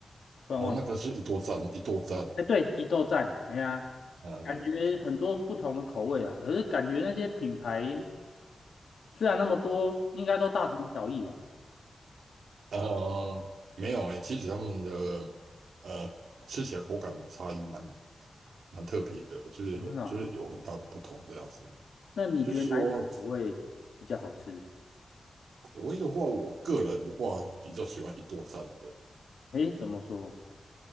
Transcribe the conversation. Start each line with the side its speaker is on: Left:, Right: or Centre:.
Left: 突然忘记。
Right: 哦那个是一多赞一多赞
Left: 哎，对，一豆站，哎呀，
Right: 啊对
Left: 感觉很多不同的口味啊，可是感觉那些品牌虽然那么多，应该都大同小异吧。
Right: 呃没有诶、其实他们的呃吃起来口感差异蛮蛮特别的，就是就是有很大的不同这样子。
Left: 哦真的啊那你觉得哪一个口味比较好吃？
Right: 就是说，口味的话，我个人的话比较喜欢一多餐的，
Left: 诶，怎么说？